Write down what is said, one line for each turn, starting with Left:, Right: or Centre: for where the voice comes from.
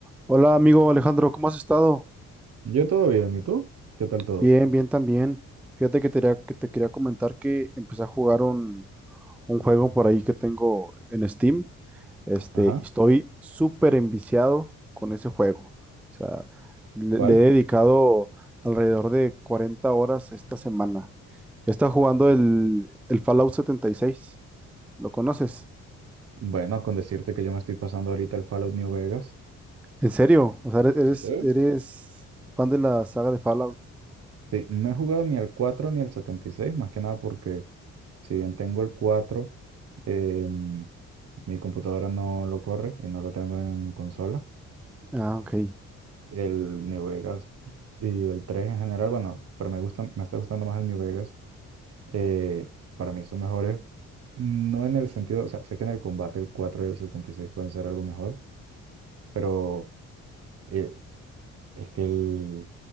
Centre: Hola amigo Alejandro, ¿cómo has estado?
Right: Yo todo bien, ¿y tú? ¿Qué tal todo?
Centre: Bien, bien también. Fíjate que te quería, que te quería comentar que empecé a jugar un, un juego por ahí que tengo en Steam. Este,
Right: Ajá,
Centre: y estoy súper enviciado con ese juego. O sea, le,
Right: ¿cuál?
Centre: le he dedicado alrededor de 40 horas esta semana. Está jugando el, el Fallout 76. ¿Lo conoces?
Right: Bueno, con decirte que yo me estoy pasando ahorita el Fallout New Vegas.
Centre: ¿En serio? O sea, eres,
Right: ¿Eh?
Centre: eres fan de la saga de Fallout.
Right: Sí, no he jugado ni el 4 ni el seis más que nada porque si bien tengo el 4 em, mi computadora no lo corre y no lo tengo en consola.
Centre: Ah, ok.
Right: El New Vegas y el 3 en general, bueno, pero me gusta, me está gustando más el New Vegas. eh, para mí son mejores, no en el sentido, o sea, sé que en el combate el 4 y el 76 pueden ser algo mejor, pero... eh, Es que el,